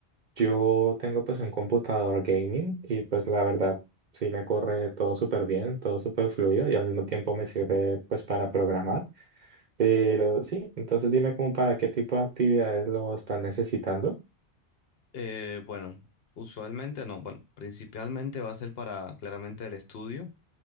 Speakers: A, on the right; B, on the left.
A: yo tengo pues un computador gaming y pues la verdad sí me corre todo súper bien, todo súper fluido y al mismo tiempo me sirve pues para programar. Pero sí, entonces dime como para qué tipo de actividades lo están necesitando.
B: Eh, bueno, usualmente no, bueno, principalmente va a ser para claramente el estudio.